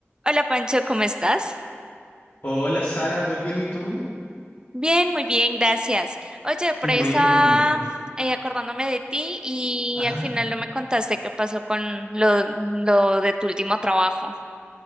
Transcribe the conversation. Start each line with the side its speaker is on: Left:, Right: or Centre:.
Right: Hola Pancho, ¿cómo estás?
Left: Hola Sara, muy bien, ¿y tú?
Right: Bien, muy bien, gracias. Oye, por
Left: Qué bueno.
Right: ahí estaba eh, acordándome de ti y
Left: Ajá.
Right: al final no me contaste qué pasó con lo, lo de tu último trabajo.